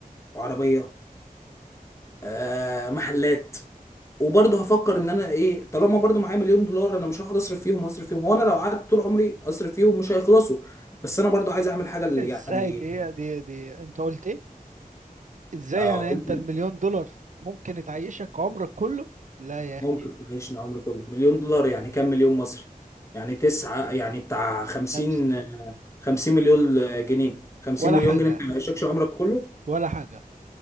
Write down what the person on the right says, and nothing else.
ازاي
دي دي دي انت قلت ايه ازاي
يعني
انت المليون دولار ممكن تعيشك عمرك كله لا يا اخي
خمسة
ولا
حاجة
ولا حاجة